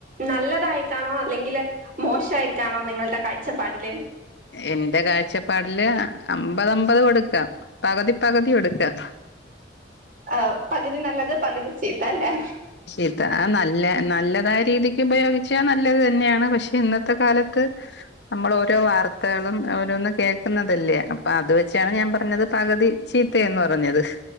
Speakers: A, on the right; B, on the left.
A: നല്ലതായിറ്റാണോ അല്ലെങ്കില് മോശമായിട്ടാണോ നിങ്ങൾടെ കാഴ്ച്ചപ്പാടില്?
B: എന്റെ കാഴ്ച്ചപ്പാടില് അമ്പത് അമ്പത് കൊടുക്കാം പകുതി പകുതി കൊടുക്കാം.
A: ആഹ് പകുതി നല്ലത് പകുതി ചീത്താ അല്ലേ.
B: ഇതാ നല്ലെ നല്ലതായ രീതിക്ക് ഉപയോഗിച്ചാ നല്ലത് തന്നെയാണ് പക്ഷെ ഇന്നത്തെ കാലത്ത് നമ്മള് ഓരോ വാർത്തകളും ഓരോന്ന് കേക്കുന്നതല്ലേ അപ്പൊ അത് വെച്ചാണ് ഞാൻ പറഞ്ഞത് പകുതി ചീത്തയെന്ന് പറഞ്ഞത്